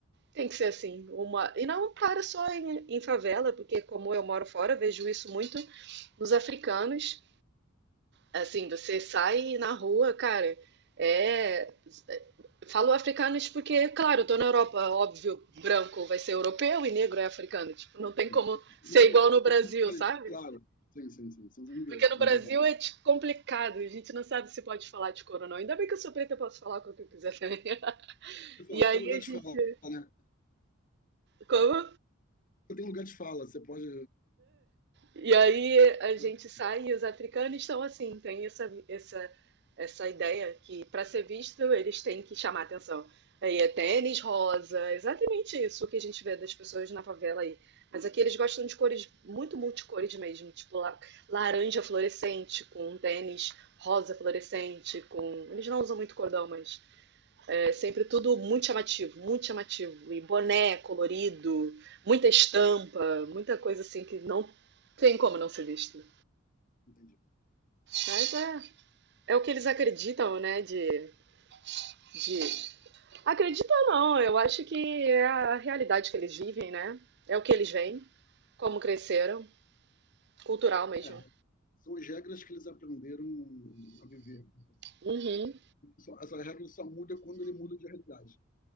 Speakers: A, on the right; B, on the left.
A: tem que ser assim, uma. E não para só em, em favela, porque como eu moro fora, vejo isso muito nos africanos Assim, você sai na rua, cara, é. Falo africano isso porque, claro, eu tô na Europa, óbvio, branco vai ser europeu e negro é africano. Tipo,
B: São
A: não tem como ser igual no Brasil,
B: são imigrantes,
A: sabe?
B: claro. Sim, sim, sim. São os imigrantes,
A: Porque no
B: não
A: Brasil
B: tem como.
A: é tipo, complicado, a gente não sabe se pode falar de cor ou não. Ainda bem que eu sou preta, eu posso falar com o que eu quiser também. <laughs>
B: Eu falo,
A: E
B: você
A: aí
B: tem lugar
A: a gente.
B: de fala, né?
A: Como?
B: Você tem lugar de fala, você pode.
A: E aí a gente
B: <laughs>
A: sai e os africanos estão assim, tem essa, essa, essa ideia que para ser visto eles têm que chamar atenção. Aí é tênis rosa, exatamente isso que a gente vê das pessoas na favela aí. Mas aqui eles gostam de cores muito multicores mesmo, tipo la- laranja fluorescente com tênis rosa fluorescente com, eles não usam muito cordão, mas é sempre tudo muito chamativo, muito chamativo. E boné colorido, muita estampa, muita coisa assim que não tem como não ser visto.
B: Entendi.
A: Mas é, é o que eles acreditam, né? De, de... Acredita ou não, eu acho que é a realidade que eles vivem, né? É o que eles veem, como cresceram, cultural mesmo.
B: É, são as regras que eles aprenderam a viver com essa cidade.
A: Uhum,
B: Só- Essa regra só muda quando ele muda de realidade.